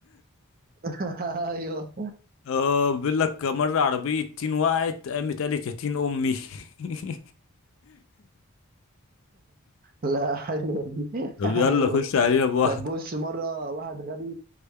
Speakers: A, on the right; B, on the left.
A: <laughs> ايوه
B: اه بيقول لك مرة عربية تين وقعت قامت قالت يا تين أمي <laughs>
A: لا حلو دي <laughs>
B: طب
A: حلو
B: يلا خش علينا بواحدة
A: طب بص مرة واحد غبي